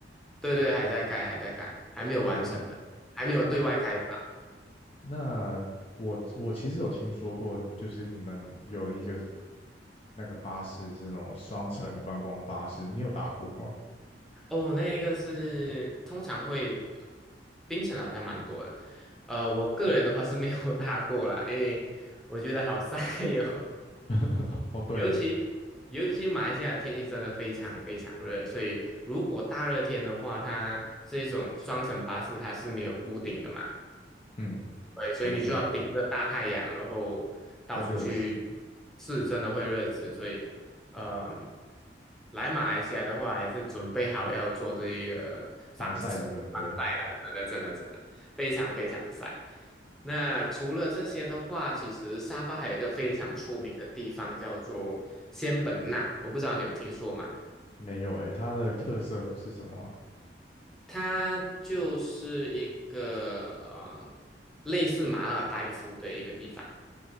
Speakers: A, in the centre; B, on the left (about 35°).
A: 对对，还在盖还在盖，还没有完成的，
B: 哦。
A: 还没有对外开放。
B: 那那我我其实有听说过，就是你们有一个那个巴士是那种双层观光巴士，你有搭过吗？
A: 哦，那一个是通常会冰城好像蛮多的，呃，我个人的话是没有 <laughs> 搭过啦，因为我觉得好晒哟、
B: <laughs> 哦，对，
A: 尤其尤其马来西亚的天气真的非常非常热，所以如果大热天的话，它这种双层巴士它是没有屋顶的嘛，
B: 嗯，
A: 对，所以你就要顶着大太阳，
B: 的确
A: 然后到处去，
B: 会热死，
A: 是真的会热死。所以，嗯、来马来西亚的话，还是准备好要做这一个防晒防晒啦，
B: 防晒的准备
A: 真的真的真的非常非常晒。那除了这些的话，其实沙巴还有一个非常出名的地方叫做仙本那，我不知道你有听说吗？
B: 没有诶，它的特色是什么啊
A: 它就是一个嗯、类似马尔代夫的一个地方。